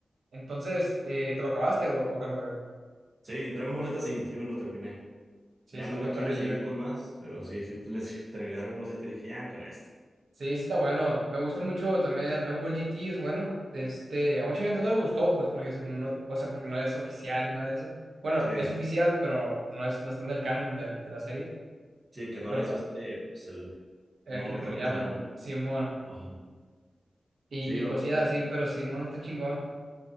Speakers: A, on the right; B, on the right.
A: Entonces, eh, ¿te lo acabaste o, o qué rollo?
B: Sí, Dragon Ball Z sí, sí me lo terminé.
A: Sí,
B: Ya
A: sí,
B: no
A: está
B: le quise
A: perrillo.
B: seguir con más, pero sí, sí, te- les <laughs> terminé Dragon Ball Z <laughs> y dije, ya con esto.
A: Sí, sí está bueno. Me gusta mucho también Dragon Ball GT, es bueno. de Este, a mucha gente no le gustó, pues, porque según no, o sea, porque no es oficial y nada de eso. Bueno,
B: Sí,
A: es oficial, pero no es, no está en el canon de, de la serie.
B: sí, que no
A: Pero
B: la hizo
A: tam-
B: este, pues el,
A: eh,
B: no
A: Akira
B: me acuerdo
A: Toriyama,
B: cómo se llama, ¿no?
A: Simón,
B: Ajá.
A: y,
B: Sí, yo-
A: y cosillas
B: ta-
A: así, pero Simón está chingón.